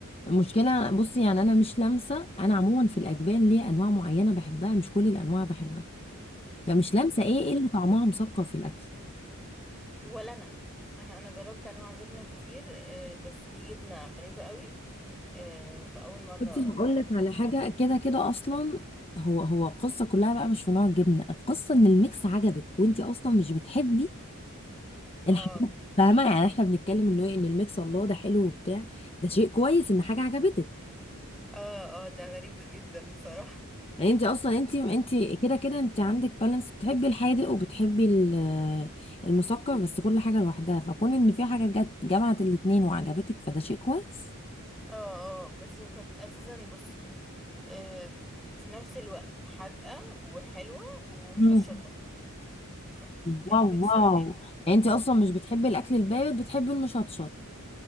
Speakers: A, on the left; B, in the centre.
A: المشكلة بصي يعني أنا مش لامسة أنا عموما في الأجبان ليه أنواع معينة بحبها مش كل الأنواع بحبها فمش
B: اوكي
A: لامسة إيه إيه اللي طعمها مسكر في الأكل
B: ولا أنا أنا أنا جربت أنواع جبنة كتير آه، بس دي جبنة غريبة قوي آه، فأول مرة
A: بصي هقول
B: أجربها
A: لك على
B: بصراحة
A: حاجة كده كده أصلا هو هو القصة كلها بقى مش في نوع الجبنة القصة إن الميكس عجبك وأنتي أصلا مش بتحبي
B: اه
A: الحاجات فاهمة يعني إحنا بنتكلم إنه إيه إن الميكس الله ده حلو وبتاع ده شيء كويس إن حاجة عجبتك
B: اه اه ده غريب جدا بصراحة
A: يعني انت اصلا انت انت كده كده انت عندك بالانس بتحبي الحادق وبتحبي ال- المسكر بس كل حاجه لوحدها فكون ان في حاجه جت جمعت الاتنين وعجبتك فده شيء كويس
B: اه اه بس هي كانت اساسا بصي آه في نفس الوقت حادقة وحلوة ومشطشطة
A: مم.
B: ف... فكانت
A: واو
B: ميكس
A: واو
B: غريب
A: يعني انت اصلا مش بتحبي الاكل البارد بتحبي المشطشط